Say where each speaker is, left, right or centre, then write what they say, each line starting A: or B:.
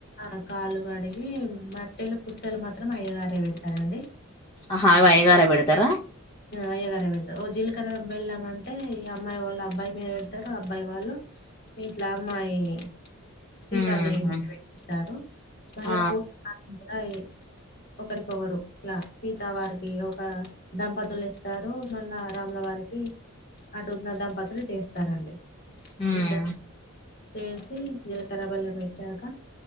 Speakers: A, on the left (about 45°); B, on the left (about 25°).
A: ఆ కాలుకడిగి మట్టెలు, పుస్తలు మాత్రం అయ్యగారే పెడతానండి,
B: ఆహా అవి అయ్యగారే పేడతారా,
A: అయ్యగారె పెడతారు ఓ జీలకర్ర బెల్లం అంటే ఈ అమ్మాయి వాళ్ళు అబ్బాయి మీద పెడతారు అబ్బాయి వాళ్ళు, ఇట్లా అమ్మాయి, సీతాదేవిని
B: ఉహు
A: పూజిస్తారు, మళ్ళా
B: ఆ
A: పూ కూడా ఒకరికొరు ఇట్లా సీత వారికి ఒక దంపతులు వస్తారు, మళ్ళా రాముల వారికి అటున్న దంపతులు ఇటువస్తారండి.
B: ఉమ్
A: ఇద్ద చేసి జీలకర్ర, బెల్లం పెట్టాక